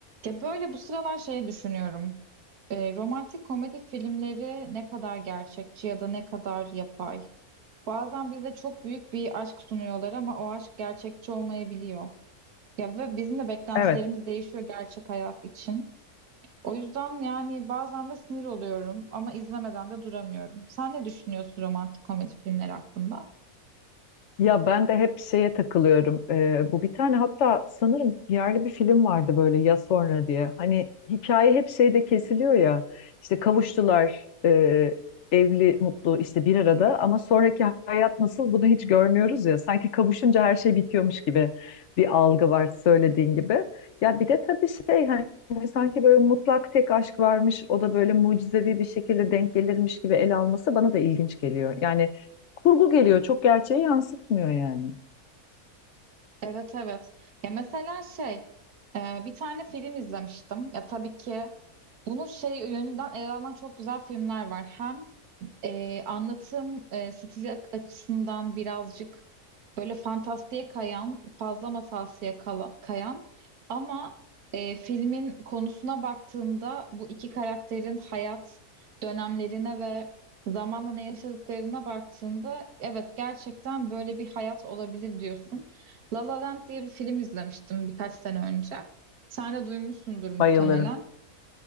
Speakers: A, on the right (about 80°); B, on the left (about 60°).
A: Ya böyle bu sıralar şeyi düşünüyorum. Ee, romantik komedi filmleri ne kadar gerçekçi ya da ne kadar yapay? Bazen bize çok büyük bir aşk sunuyorlar ama o aşk gerçekçi olmayabiliyor. Ya ve bizim de beklentilerimiz
B: Evet.
A: değişiyor gerçek hayat için. O yüzden yani bazen de sinir oluyorum ama izlemeden de duramıyorum. Sen ne düşünüyorsun romantik komedi filmleri hakkında?
B: Ya ben de hep şeye takılıyorum. Ee, bu bir tane hatta sanırım yerli bir film vardı böyle ya sonra diye. Hani hikaye hep şeyde kesiliyor ya. İşte kavuştular, e, evli, mutlu işte bir arada ama sonraki hayat nasıl bunu hiç görmüyoruz ya. Sanki kavuşunca her şey bitiyormuş gibi bir algı var söylediğin gibi. Ya bir de tabii şey hani sanki böyle mutlak tek aşk varmış o da böyle mucizevi bir şekilde denk gelirmiş gibi ele alması bana da ilginç geliyor. Yani kurgu geliyor. Çok gerçeği yansıtmıyor yani.
A: Evet evet. Ya mesela şey e, bir tane film izlemiştim. Ya tabii ki bunu şey yönünden ele alan çok güzel filmler var. Hem e, anlatım e, stili açısından birazcık böyle fantastiğe kayan, fazla masalsıya kala- kayan ama e, filmin konusuna baktığında bu iki karakterin hayat dönemlerine ve zamanla ne yaşadıklarına baktığında evet gerçekten böyle bir hayat olabilir diyorsun. La La Land diye bir film izlemiştim birkaç sene önce. Sen de duymuşsundur muhtemelen.
B: Bayılırım.